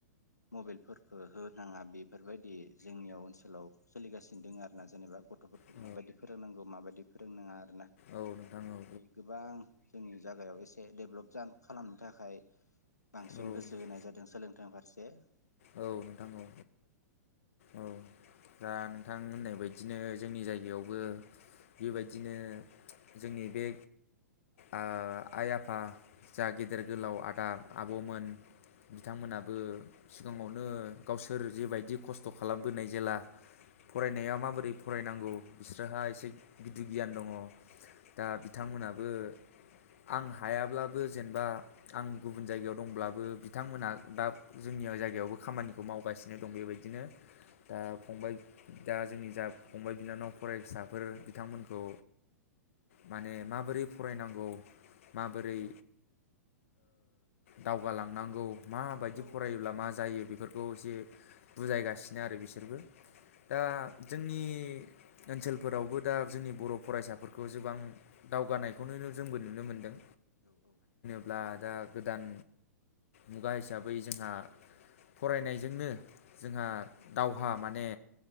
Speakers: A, on the left; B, on the left.
A: मबेलफोरखौ होनाङा बेफोरबायदि जोंनियाव ओनसोलाव सोलिगासिनो दङ आरो ना जेनेबा गथ'फोरखौ
B: औ
A: माबायदि फोरोंनांगौ माबायदि फोरोंनाङा आरोना
B: औ नोंथां
A: ना बेबायदि
B: औ
A: गोबां जोंनि जायगायाव एसे डेभलप खालामनो थाखाय बांसिन
B: औ
A: गोसो होनाय जादों सोलोंथाइ फारसे। ए
B: औ नोंथां औ औ दा नोंथां नोंथां होननाय बायदिनो जोंनि जायगायावबो बेबायदिनो जोंनि बे आ आइ आफा जा गेदेर गोलाव आदा आब'मोन बिथांमोनाबो
A: औ
B: सिगाङावनो गावसोर जेबायदि खस्थ' खालामबोनाय जेला फरायनाया
A: औ
B: माबोरै फरायनांगौ बिसोरहा एसे गिदिर गियान दङ दा बिथांमोनाबो आं हायाब्लाबो जेनेबा आं गुबुन जायगायाव दंब्लाबो बिथांमोनहा दा जोंनि जायगायावबो खामानिखौ मावगासिनो दं बेबायदिनो दा फंबाय दा जोंनि जा फंबाय बिनानाव फरायसाफोर बिथांमोनखौ माने माबोरै फरायनांगौ माबोरै दावगालांनांगौ मा फायोब्ला
A: औ
B: मा जायो जायो बेफोरखौ एसे बुजायगासिनो आरो बिसोरबो
A: औ
B: दा जोंनि ओनसोलफोरावबो दा जोंनि बर' फरायसाफोरखौ जोबां दावगानायखौ जोंबो नुनो मोनदों
A: औ औ
B: ब्ला दा गोदान मुगा हिसाबै बै जोंहा फरायनायजोंनो जोंहा दावहा माने